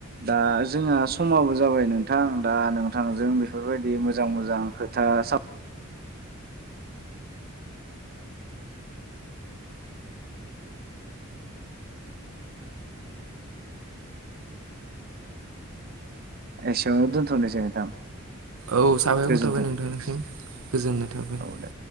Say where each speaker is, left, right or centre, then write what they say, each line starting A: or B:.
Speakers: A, on the right; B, on the right.
A: दा जोंहा समाबो जाबाय नोंथां दा नोंं नोंथांजों बेफोरबायदि मोजां मोजां खोथा सा एसेआवनो दोनथनोसै नोंथां।
B: औ साबायखर
A: गोजोन्थों
B: थाबाय नोंथांनिसिम गोजोननाय थाबाय।
A: औ दे।